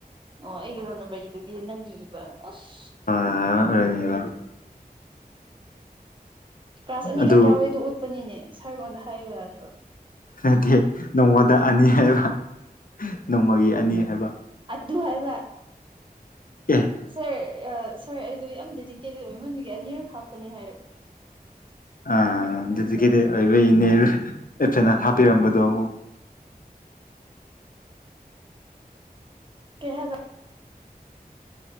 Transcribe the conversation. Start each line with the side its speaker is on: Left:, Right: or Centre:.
Right: ꯑꯣ ꯑꯩꯒꯤ ꯅꯣꯟꯅꯕ ꯏꯗꯨꯕꯤ ꯅꯪꯒꯤ ꯏꯕ ꯑꯁ
Left: ꯑ
Right: ꯀ꯭ꯂꯥꯁ ꯑꯅꯤꯔꯛ
Left: ꯑꯗꯨ
Right: ꯌꯥꯎꯋꯦꯗꯣ ꯎꯠꯄꯅꯤꯅꯦ ꯁꯥꯔꯉꯣꯟꯗ ꯍꯥꯏꯌꯨꯗ
Left: ꯅꯠꯇꯦ ꯅꯣꯡꯃꯗ ꯑꯅꯤ ꯍꯥꯏꯕ ꯅꯣꯡꯃꯒꯤ ꯑꯅꯤ ꯍꯥꯏꯕ
Right: ꯑꯗꯨ ꯍꯥꯏꯕ
Left: ꯑꯦ
Right: ꯁꯦ ꯁꯥꯔ ꯑꯩꯗꯣ ꯌꯥꯝ ꯗꯦꯗꯤꯀꯦꯠ ꯏꯃꯟꯒꯤ ꯑꯅꯤꯔꯛ ꯍꯥꯞꯄꯅꯦ ꯍꯥꯏꯔꯒꯦ
Left: ꯑ ꯑꯗꯨꯗꯤ ꯀꯗꯤ ꯑꯣꯏꯕ ꯏꯅꯦ ꯑꯦꯁ ꯍꯥꯞꯄꯤꯔꯝꯕꯗꯣ ꯑꯃꯨꯛ <inaudible>
Right: ꯀꯍꯕ